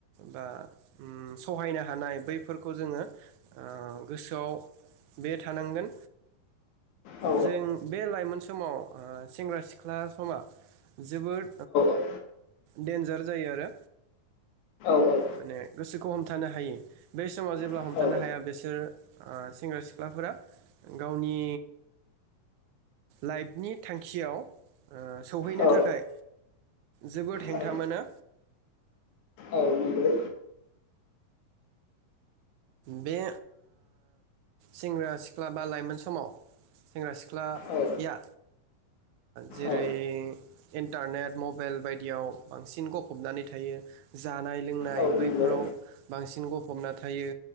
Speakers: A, on the right; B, on the left.
A: बा सहायनो हानाय बैफोर जोंङो गोसोआव बे थानांगोन
B: औ
A: जों बे लाइमोन समाव सेंग्रा सिख्ला समा जोबोद
B: औ
A: डेन्जार जायो आरो
B: औ
A: माने गोसोखौ हमथानो हायो बे समाव जेब्ला
B: औ
A: हमथानो हाया बिसोर सेंग्रा सिख्लाफोरा गावनि लाइफनि थांखियाव सौहैनो
B: औ
A: थाखाय जोबोद हेंथा
B: औ
A: मोनो
B: औ नंगौ
A: बे सेंग्रा सिख्ला बा लाइमोन समाव सेंग्रा सिख्लाया
B: औ
A: जेरै
B: औ
A: इन्टारनेट मबाइल बायदियाव बांसिन गफबनानै थायो जानाय लोंनाय
B: औ
A: बैफोराव
B: नंगौ
A: बांसिन गफबना थायो